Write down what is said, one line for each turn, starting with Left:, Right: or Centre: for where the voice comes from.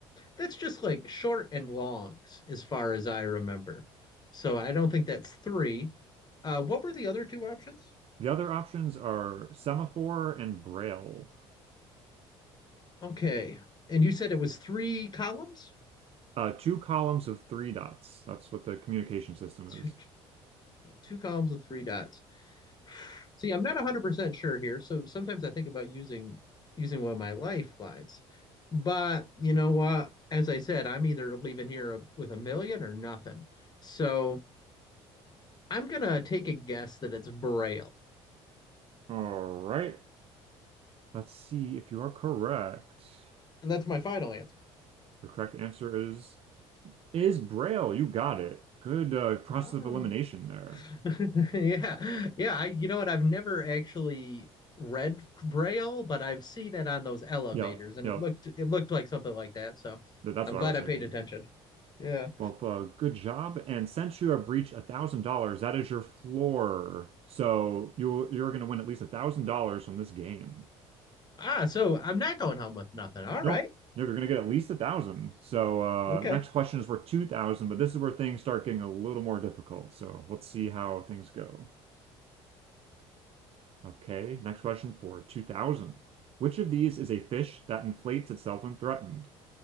Left: that's just like short and longs as far as I remember. So I don't think that's three. Uh, what were the other two options?
Right: the other options are semaphore and Braille.
Left: Okay. And you said it was three columns?
Right: Uh, two columns of three dots. That's what the communication system
Left: Two,
Right: is.
Left: two columns with three dots. <sighs> See, I'm not 100% sure here. So sometimes I think about using using one of my lifelines. But you know what? As I said, I'm either leaving here with a million or nothing. So I'm going to take a guess that it's Braille.
Right: All right. Let's see if you are correct.
Left: And that's my final answer.
Right: The correct answer is is Braille. You got it. Good uh, process
Left: Ah.
Right: of elimination there.
Left: <laughs> yeah. Yeah. I, you know what? I've never actually read Braille, but I've seen it on those elevators
Right: Yep,
Left: and
Right: yep.
Left: it looked it looked like something like that. So
Right: Th- That's
Left: I'm
Right: what
Left: glad
Right: I was
Left: I
Right: thinking.
Left: paid attention. Yeah.
Right: Well, uh, good job. And since you have reached a thousand dollars, that is your floor. So you you're gonna win at least a thousand dollars from this game.
Left: Ah, so I'm not going home with nothing. All
Right: Nope.
Left: right.
Right: No, You're gonna get at least a thousand. So uh,
Left: Okay.
Right: next question is worth two thousand, but this is where things start getting a little more difficult. So let's see how things go. Okay, next question for 2000. Which of these is a fish that inflates itself when threatened?